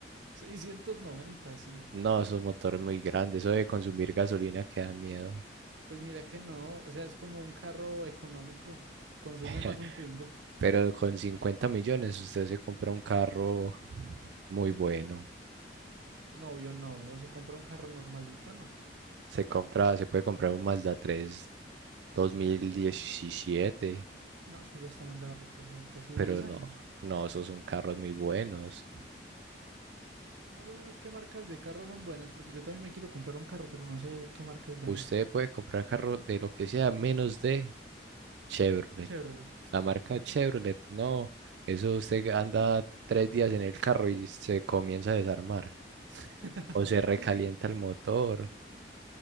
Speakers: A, on the right (about 80°); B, on the right (about 70°).
A: seiscientos noventa, sí.
B: No, esos motores muy grandes, eso de consumir gasolina que da miedo.
A: Pues mira que no, o sea, es como un carro económico, consume
B: <laughs>
A: más un Twingo.
B: Pero con 50 millones usted se compra un carro muy bueno.
A: No, yo no. Se compra un carro normalito, no.
B: Se compra, se puede comprar un Mazda 3 2017,
A: No, eso ya está mandado a recoger casi
B: pero
A: 10
B: no,
A: años.
B: no, esos son carros muy buenos.
A: Más o menos, ¿qué marcas de carro son buenas? Porque yo también me quiero comprar un carro, pero no sé qué marca es buena.
B: Usted puede comprar carro de lo que sea menos de Chevrolet.
A: Chevrolet.
B: La marca Chevrolet, no. Eso usted anda tres días en el carro y se comienza a desarmar.
A: <laughs>
B: O se recalienta el motor.